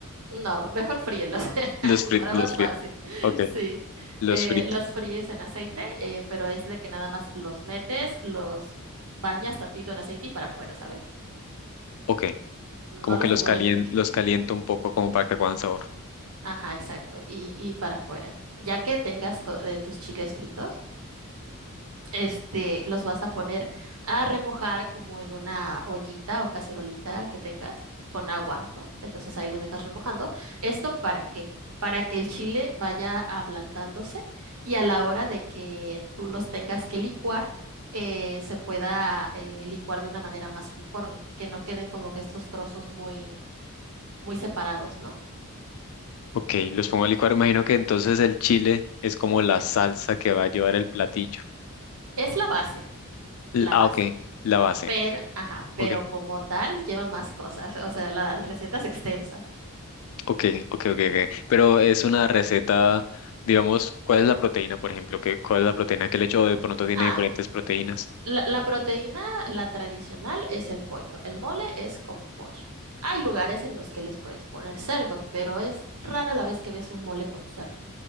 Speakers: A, on the right; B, on the left.
A: No, mejor fríelos, <laughs>
B: los fritos,
A: para más
B: los fritos.
A: fácil. <laughs>
B: ok,
A: Sí,
B: los
A: Eh,
B: fritos.
A: los fríes en aceite, eh, pero es de que nada más los metes, los bañas tantito en aceite y para afuera, ¿sabes?
B: ok,
A: No
B: como
A: los
B: que los
A: demores
B: calien,
A: mucho.
B: los caliento un poco como para que cojan sabor.
A: Ajá, exacto, y, y para afuera. Ya que tengas to- eh, tus chiles fritos, este, los vas a poner a remojar como en una ollita o cacerolita que tengas con agua, ¿no? Entonces ahí los dejas remojando. ¿Esto para qué? Para que el chile vaya ablandándose y a la hora de que tú los tengas que licuar, eh, se pueda eh, licuar de una manera más uniforme, que no queden como que estos trozos muy, muy separados, ¿no?
B: Ok, los pongo a licuar. Imagino que entonces el chile es como la salsa que va a llevar el platillo.
A: Es la base,
B: L-
A: la
B: Ah,
A: base.
B: ok, la base.
A: Pero, ajá, pero
B: Ok,
A: como tal lleva más cosas, <laughs> o sea, la la receta es extensa.
B: ok, ok, ok, ok. Pero es una receta, digamos, ¿cuál es la proteína, por ejemplo? ¿Qué, cuál es la proteína que le echo? O De pronto tiene
A: Ah,
B: diferentes proteínas.
A: La, la proteína, la tradicional, es el pollo. El mole es con pollo. Hay lugares en los que les puedes poner cerdo, pero es rara la vez que ves un mole con cerdo.